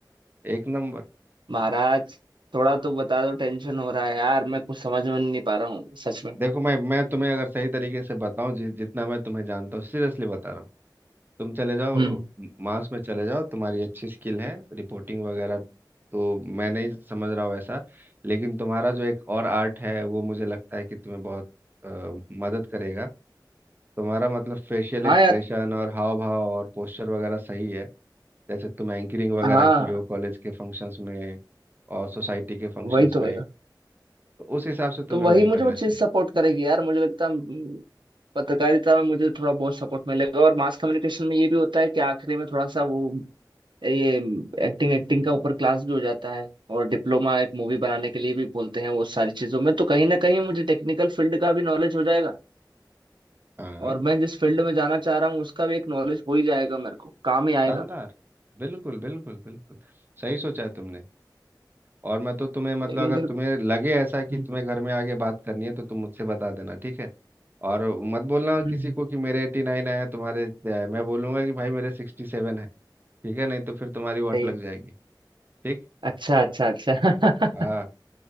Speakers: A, on the right (about 25°); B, on the right (about 85°).
A: एक नंबर
B: महाराज थोड़ा तो बता दो टेंशन हो रहा है यार मैं कुछ समझ में नहीं पा रहा हूँ सच में
A: देखो मैं मैं तुम्हें अगर सही तरीके से बताऊं जि, जितना मैं तुम्हें जानता हूँ सीरियसली बता रहा हूँ तुम चले जाओ
B: हम्म
A: म- मास में चले जाओ तुम्हारी अच्छी स्किल है रिपोर्टिंग वगैरह तो मैं नहीं समझ रहा हूँ ऐसा लेकिन तुम्हारा जो एक और आर्ट है वो मुझे लगता है कि तुम्हें बहुत अ, मदद करेगा तुम्हारा मतलब फेशियल
B: हाँ
A: एक्सप्रेशन
B: यार
A: और हाव भाव और पोस्चर वगैरह सही है जैसे तुम एंकरिंग वगैरह
B: हाँ
A: की हो कॉलेज के फंक्शंस में और सोसाइटी के फंक्शंस
B: वही तो
A: में
B: वही तो
A: तो उस हिसाब से तुम्हें
B: तो वही
A: वही
B: मुझे
A: करना
B: वो चीज
A: चाहिए
B: सपोर्ट करेगी यार मुझे लगता है हम्म, पत्रकारिता में मुझे थोड़ा बहुत सपोर्ट मिलेगा और मास कम्युनिकेशन में ये भी होता है कि आखिरी में थोड़ा सा वो ये एक्टिंग एक्टिंग का ऊपर क्लास भी हो जाता है और डिप्लोमा एक मूवी बनाने के लिए भी बोलते हैं वो सारी चीजों में तो कहीं ना कहीं मुझे टेक्निकल फील्ड का भी नॉलेज हो जाएगा
A: हाँ
B: और मैं जिस फील्ड में जाना चाह रहा हूँ उसका भी एक नॉलेज हो ही जाएगा मेरे को काम ही
A: शानदार
B: आएगा
A: बिल्कुल बिल्कुल बिल्कुल सही सोचा है तुमने और मैं तो तुम्हें मतलब
B: लेकिन
A: अगर
B: फिर
A: तुम्हें लगे ऐसा कि
B: हम्म,
A: तुम्हें घर में आगे बात करनी है तो तुम मुझसे बता देना ठीक है और मत बोलना
B: हम्म,
A: किसी को कि मेरे एटी नाइन आया तुम्हारे इतने आए मैं बोलूंगा कि भाई मेरे सिक्सटी सेवन है ठीक है नहीं तो फिर तुम्हारी वाट
B: सही
A: लग
B: है
A: जाएगी ठीक
B: अच्छा अच्छा अच्छा
A: हाँ